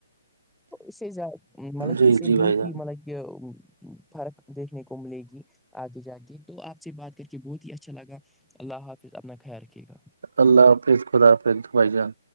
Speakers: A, in the centre; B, on the right.
A: اسے زیاد مطلب کہ
B: جی
A: اسے
B: جی
A: بہت
B: بھائی جان
A: ہی مطلب کہ فرق دیکھنے کو ملے گی آگے جا کے تو آپ سے بات کر کے بہت ہی اچھا لگا اللہ حافظ اپنا خیال رکھیے گا
B: اللہ حافظ خدافظ بھائی جان